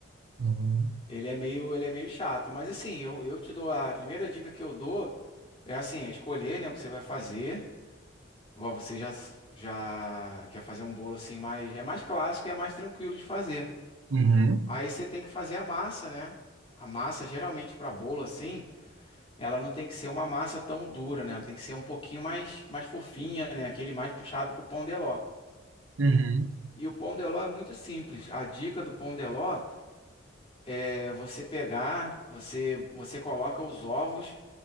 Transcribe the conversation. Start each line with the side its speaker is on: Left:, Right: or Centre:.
Right: Uhum,
Left: ele é meio, ele é meio chato, mas assim, eu, eu te dou a primeira dica que eu dou é assim, é escolher, né, o que você vai fazer. Igual você já já quer fazer um bolo assim, mas é mais clássico e é mais tranquilo de fazer.
Right: uhum,
Left: Aí você tem que fazer a massa, né? A massa geralmente para bolo assim, Ela não tem que ser uma massa tão dura, né? Ela tem que ser um pouquinho mais, mais fofinha, né? Aquele mais puxado pro pão de ló.
Right: uhum,
Left: E o pão de ló é muito simples. A dica do pão de ló é você pegar, você você coloca os ovos.